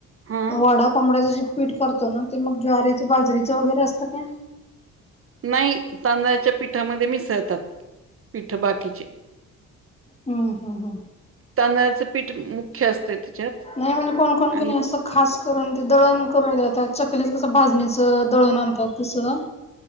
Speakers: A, on the right (about 45°); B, on the left (about 20°).
A: हा
B: वडा कोंबडाच जे पीठ करतो ना ते मग ज्वारीच बाजरीचं वगैरे असतं काय?
A: नाही तांदळाच्या पिठामध्ये मिसळतात पिठं बाकीचे.
B: हम हा हा.
A: तांदळाचं पीठ मुख्य असतं त्याच्यात
B: नाही म्हणजे कोणकोण
A: आणि
B: की नाही असं खास करून ते दळण करुन घेतात चकलीच कसं भाजणीच दळून आणतात तसं.